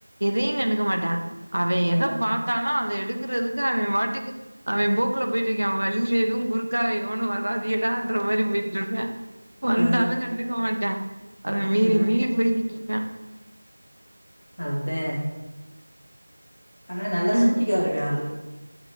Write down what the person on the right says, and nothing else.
எதையு கண்டுக்க மாட்டா அவ
எத பாத்தானோ அத எடுக்குறதுக்கு அவ பாட்டுக்கு அவ போக்குல போயிட்டு இருக்கா வழியில எதுவு குறுக்கால எவனு வராதிக டா இன்றா மாரி போயிட்டு இருக்க வந்தாலு
கண்டுக்க மாட்டா அவ வி
வில்ஸ் போயிட்டிருக்கா
ம்